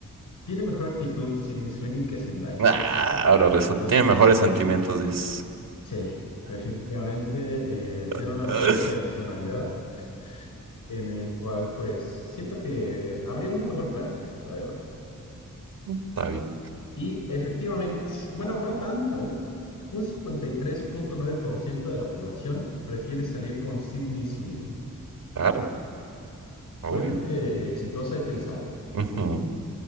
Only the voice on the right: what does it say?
Ah, ahora resulta,
tiene mejores sentimientos, dices.
<laughs>
Está bien,
claro, obvio.
Ujú.